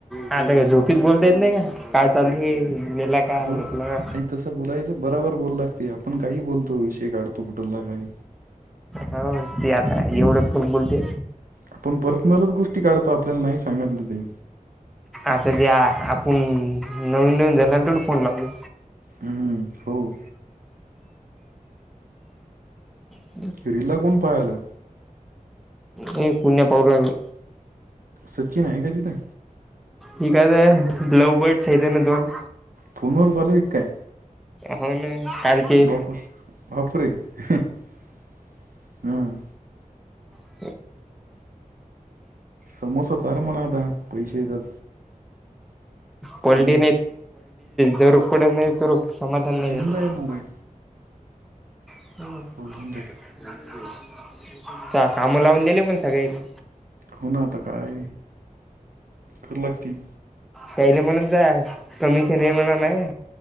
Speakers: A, in the centre; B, on the right (about 85°).
A: आता काय झोपीत बोलता येत नाही का काय चाल गेला का
B: हो
A: घेतलं
B: नाही
A: का?
B: तसं बोलायचं बराबर बोल लागते आपण काही बोलतो विषय काढतो. कुठला काही
A: हाव ते आता इवढ फुट बोलते.
B: आपण पर्सनलच गोष्टी काढतो आपल्याला नाही सांगितलं ते.
A: आता जे आपण नवीन नवीन जनाला तेवढं फोन लावतो.
B: हम्म, हो.
A: ह
B: किरीला कोण पाहालं
A: हे पुण्या पाहू लागले.
B: सचिन आहे का तिथं.
A: ह कायच ल् लव बर्डस ना दोन
B: फोनवर चालू आहे काय
A: हो ना कालच
B: बाप बापरे! हम्म.
A: <inaudible> <unintelligible>
B: समोसा चार म्हणा आता पैसे येतात
A: पडली
B: हम्म
A: जर <unintelligible> नाही तर. समाधान नाही
B: घेऊन
A: त्याला
B: जा हे मोबाईल.
A: <unintelligible>
B: हो घेऊन जाय
A: काम लावून दिले पण सगळे ते.
B: हो नाता काय कर लागती
A: त्याहिले म्हणत जा कमीिशन नाही म्हणा नाही